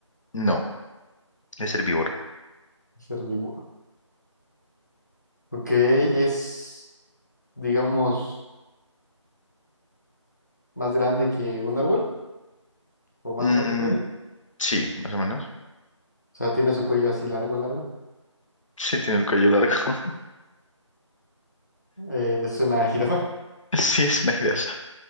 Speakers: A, on the left; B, on the left.
A: No, es herbívoro.
B: Es herbívoro. Ok, es, digamos, más grande que un árbol, o más
A: Mm,
B: o menos por ahí. O
A: sí, más o menos.
B: sea, tiene su cuello así largo, largo.
A: Sí, tiene el cuello largo. <laughs>
B: Eh, es una jirafa.
A: Sí, es una idea. sana.